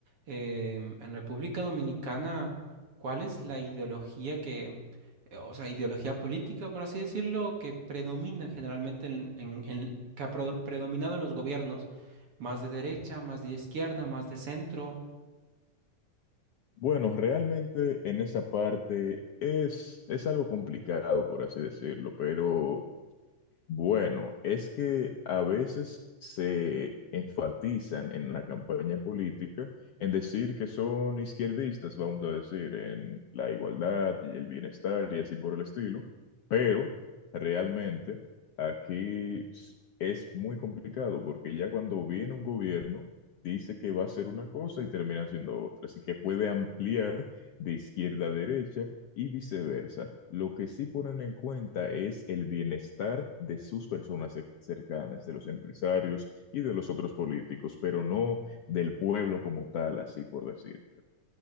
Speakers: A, on the right; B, on the left.
A: em, en República Dominicana, ¿cuál es la ideología que, eh, o sea, ideología política, por así decirlo, que predomina generalmente en, en- en- que ha pro- predominado en los gobiernos? ¿Más de derecha, más de izquierda, más de centro?
B: Bueno, realmente en esa parte es, es algo complicado, por así decirlo, pero bueno, es que a veces se enfatizan en la campaña política en decir que son izquierdistas, vamos a decir, en la igualdad y el bienestar y así por el estilo, pero realmente aquí s- es muy complicado porque ya cuando viene un gobierno dice que va a hacer una cosa y termina haciendo otra, así que puede ampliar de izquierda a derecha y viceversa. Lo que sí ponen en cuenta es el bienestar de sus personas cer- cercanas, de los empresarios y de los otros políticos, pero no del pueblo como tal, así por decir.